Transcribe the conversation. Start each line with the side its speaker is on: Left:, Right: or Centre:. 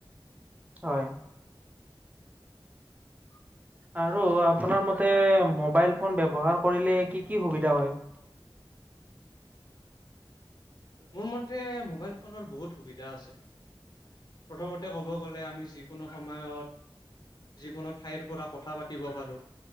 Right: হয়।
Left: <unintelligible>
Right: আৰু আপোনাৰ মতে মোবাইল ফোন ব্যৱহাৰ কৰিলে, কি কি সুবিধা হয়?
Left: মোৰ মতে মোবাইল ফোনৰ বহুত সুবিধা আছে। প্ৰথমতে ক'ব গ'লে, আমি যিকোনো সময়ত যিকোনো ঠাইৰ পৰা কথা পাতিব পাৰো।